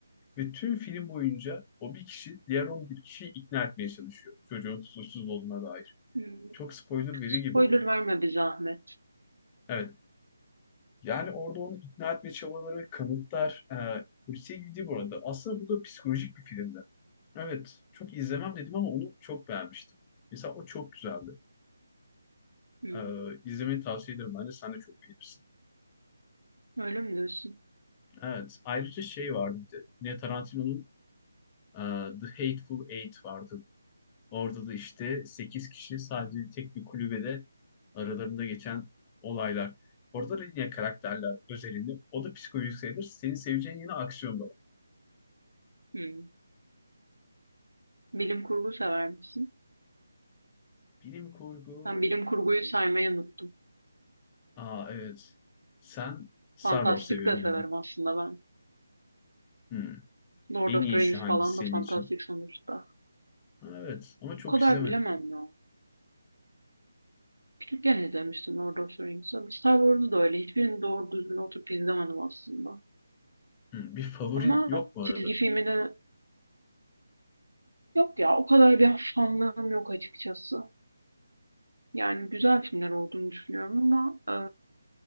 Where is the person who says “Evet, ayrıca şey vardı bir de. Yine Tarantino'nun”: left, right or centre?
Left